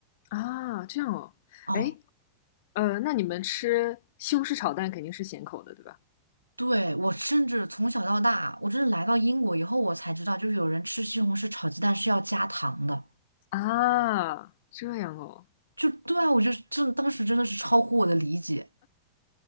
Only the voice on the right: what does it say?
哦。
对，我甚至从小到大，我真的来到英国以后，我才知道，就是有人吃西红柿炒鸡蛋是要加糖的。
就对啊，我就是这当时真的是超乎我的理解，